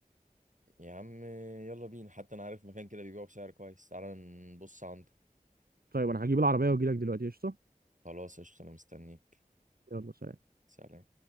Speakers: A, on the right; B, on the right.
A: يا عم يلا بينا حتى انا عارف مكان كده بيبيعه بسعر كويس تعالى نبص عنده
B: طيب انا هجيب العربية واجي لك دلوقتي قشطة
A: خلاص قشطة انا مستنيك
B: يلا سلام
A: سلام